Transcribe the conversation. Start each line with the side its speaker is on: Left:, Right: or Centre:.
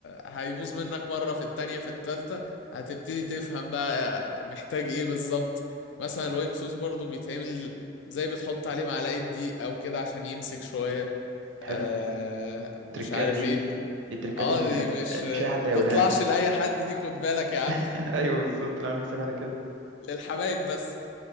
Left: هيبوظ منك مره في التانية في التالتة هتبتدي تفهم بقى آه، محتاج ايه بالظبط مثلا الوايت صوص برضو بيتعمل زي بتحط عليه معلقه دقيق او كده عشان يمسك شويه
Right: حلو
Left: آه مش
Right: التركات
Left: عارف
Right: دي
Left: ايه
Right: دي التركات
Left: اه
Right: ال...
Left: دي مش
Right: مش اي حد هيقولها
Left: تطلعش
Right: لك
Left: لاي حد دي خد بالك يا عم
Right: <laughs> ايوه بالظبط انا عامل حسابي على كده
Left: <laughs> للحبايب بس